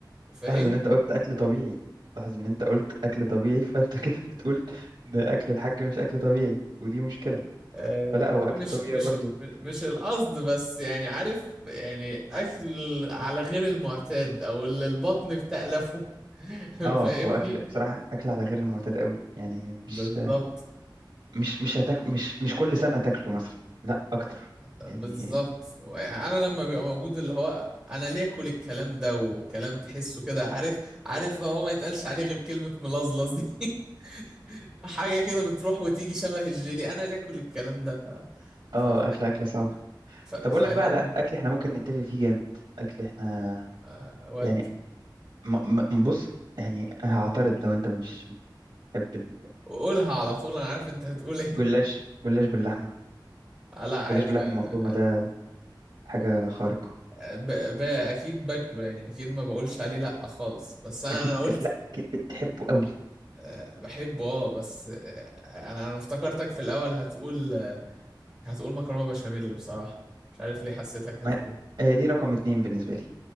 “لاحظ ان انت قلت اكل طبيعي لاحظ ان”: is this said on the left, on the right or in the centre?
Right